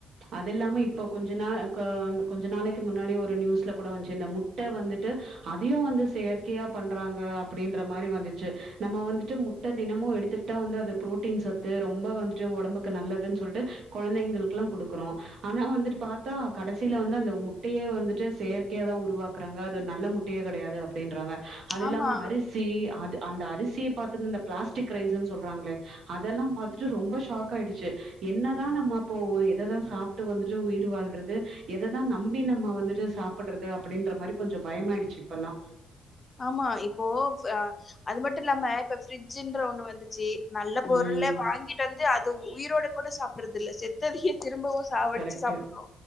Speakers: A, on the right (about 65°); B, on the left (about 30°).
A: அது இல்லாம இப்போ கொஞ்ச நா கே கொஞ்ச நாளைக்கு முன்னாடி ஒரு நியூஸ்ல கூட வந்துச்சு இந்த முட்ட வந்துட்டு அதயு வந்து செயற்கையா பண்றாங்க அப்டின்ற மாரி வந்துச்சு நம்ம வந்துட்டு முட்ட தினமு எடுத்துகிட்டா வந்து அது புரோட்டீன் சத்து ரொம்ப வந்துட்டு ஒடம்புக்கு நல்லதுன் சொல்ட்டு கொழந்தைங்களுக்லா குடுக்குறோ ஆனா வந்துட்டு பாத்தா கடைசில வந்து அந்த முட்டையே வந்துட்டு செயற் கையா தா உருவாக்றாங்க அது நல்ல முட்டையே கடையாது அப்டின்றாங்க அது இல்லாம
B: ஆமா
A: அரிசி அது அந்த அரிசிய பாத்தது இந்த பிளாஸ்டிக் ரைஸ்ன் சொல்றாங்களே அதெல்லா பாத்துட்டு ரொம்ப ஷாக் ஆய்டுச்சு என்னதா நம்ம அப்போ எததா சாப்ட்டு வந்துட்டு உயிர் வாழ்றது எததா நம்பி நம்ம வந்துட்டு சாப்பட்றது அப்டின்ற மாரி கொஞ்சோ பயமாயிடுச்சு இப்பல்லா
B: ஆமா இப்போ ச அது மட்டு இல்லாம இப்ப ஃபிரிட்ஜ்ன்ற ஒண்ணு வந்துச்சு நல்ல பொருள
A: ம்
B: வாங்கிட்டு வந்து அது உயிரோட கூட சாப்பட்றது இல்ல செத்ததையே திரும்பவு சாவடிச்சு
A: கரெக்ட்டு
B: சாப்ட்றோ